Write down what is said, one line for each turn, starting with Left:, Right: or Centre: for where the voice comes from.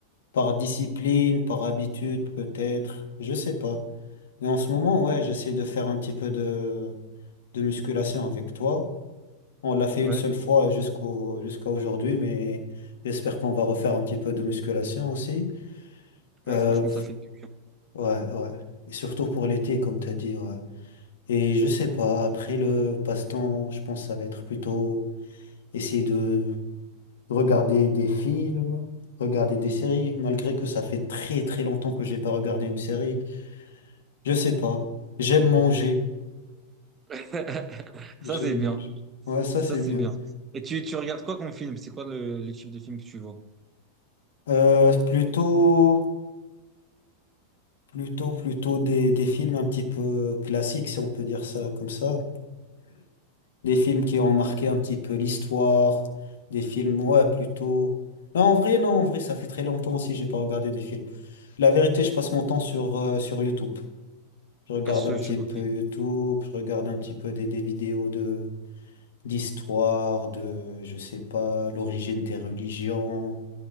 Left: par discipline, par habitude, peut-être. Je sais pas. Mais en ce moment, ouais, j'essaie de faire un petit peu de de musculation avec toi. On l'a fait
Right: Ouais.
Left: une seule fois jusqu'au jusqu'à aujourd'hui, mais j'espère qu'on va refaire un petit peu de musculation aussi. Euh,
Right: Ouais, franchement, ça fait du bien.
Left: ouais, ouais. Et surtout pour l'été, comme t'as dit, ouais. Et je sais pas, après le passe-temps, je pense que ça va être plutôt essayer de regarder des films, regarder des séries, malgré que ça fait très très longtemps que j'ai pas regardé une série. Je sais pas. J'aime manger.
Right: <laughs>
Left: J'aime
Right: Ça, c'est bien.
Left: manger. Ouais, ça
Right: Ça,
Left: c'est
Right: c'est
Left: bien.
Right: bien. Et tu, tu regardes quoi comme film? C'est quoi le, le type de film que tu vois?
Left: Euh, plutôt, plutôt, plutôt des, des films un petit peu classiques, si on peut dire ça comme ça. Des films qui ont marqué un petit peu l'histoire. Des films, ouais, plutôt. Non, en vrai, non, en vrai, ça fait très longtemps aussi que j'ai pas regardé des films. La vérité, je passe mon temps sur, euh, sur YouTube. Je regarde
Right: Ah, sur
Left: un petit
Right: YouTube,
Left: peu
Right: ok.
Left: YouTube, je regarde un petit peu des, des vidéos de d'histoire, de, je sais pas, l'origine des religions.